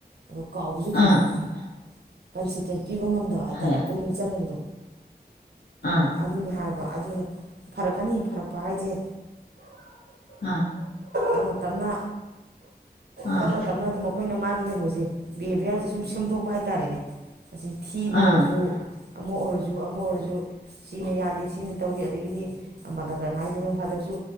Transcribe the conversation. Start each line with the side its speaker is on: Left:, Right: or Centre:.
Right: ꯑꯗꯣ ꯀꯥꯎꯕꯁꯨ ꯊꯨꯅꯤ
Left: ꯑꯥ
Right: ꯍꯥꯏꯕ ꯄ ꯁꯇ ꯄꯤꯕ ꯉꯝꯗꯕ ꯍꯥꯏꯇꯥꯔꯦ
Left: ꯍꯥꯏꯌꯦ
Right: ꯄꯨꯛꯅꯤꯡ ꯆꯪꯕꯗꯣ
Left: ꯑꯥ
Right: ꯑꯗꯨꯅꯤ ꯍꯥꯏꯕ ꯑꯗꯨꯅ ꯐꯔꯛꯀꯅꯤ ꯐꯔꯛꯄ ꯍꯥꯏꯁꯦ
Left: ꯑꯥ
Right: ꯑꯗꯨ ꯇꯞꯅ
Left: ꯑꯥ
Right: ꯇꯞꯅ ꯇꯞꯅ ꯇꯞꯅ ꯑꯗꯨꯃꯛ ꯑꯩꯈꯣꯏꯅ ꯃꯥꯒꯤ ꯀꯩꯅꯣꯁꯦ ꯕꯤꯍꯦꯕꯤꯌꯔꯁꯦ ꯁꯨꯝ ꯁꯦꯝꯗꯣꯛꯄ ꯍꯥꯏꯇꯥꯔꯦꯅꯦ ꯑꯁꯤ ꯊꯤꯕ ꯑꯣꯏꯔꯁꯨ
Left: ꯑꯥ
Right: ꯑꯃ ꯑꯣꯏꯔꯁꯨ ꯑꯃ ꯑꯣꯏꯔꯁꯨ ꯁꯤꯅ ꯌꯥꯗꯦ ꯁꯤꯅ ꯇꯧꯏꯤ ꯑꯗꯒꯤꯗꯤ ꯑꯄꯥꯗꯖꯅ ꯍꯥꯏꯁꯤꯅꯨꯝꯥꯗꯛꯁꯨ